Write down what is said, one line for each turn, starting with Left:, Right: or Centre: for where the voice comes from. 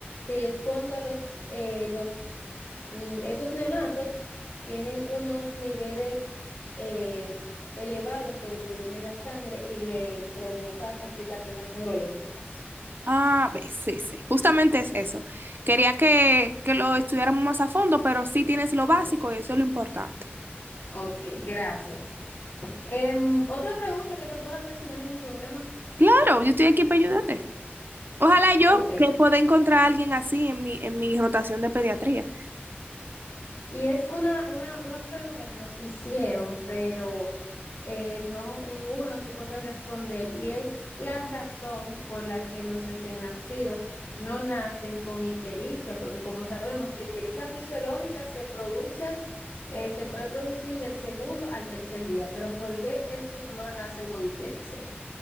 Left: Sí, es cuando los, eh, los, mm, esos neonatos tienen unos niveles eh, elevados de bilirrubina en la sangre y le provoca complicaciones neurológicas.
Right: Ah, ve, sí, sí, justamente es eso. Quería que, que lo estudiáramos más a fondo, pero sí tienes lo básico y eso es lo importante.
Left: Ok, gracias. Em, otra pregunta que te puedo hacer si no hay ningún problema.
Right: Claro, yo estoy aquí para ayudarte. Ojalá yo
Left: Ok.
Right: que pueda encontrar a alguien así en mi, en mi rotación de pediatría.
Left: Y es una, una, una pregunta que nos hicieron, pero eh, no, ninguno supo qué responder. Y es la razón por la que los recién nacidos no nacen con ictericia, porque como sabemos, la ictericia fisiológica se produce, eh, se puede producir del segundo al tercer día, pero ¿por qué estos no nacen con ictericia?